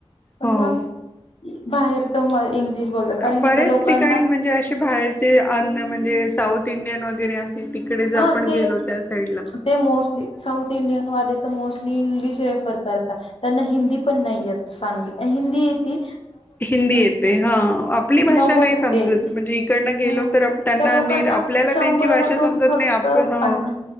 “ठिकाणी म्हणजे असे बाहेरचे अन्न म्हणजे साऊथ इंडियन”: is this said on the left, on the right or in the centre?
Left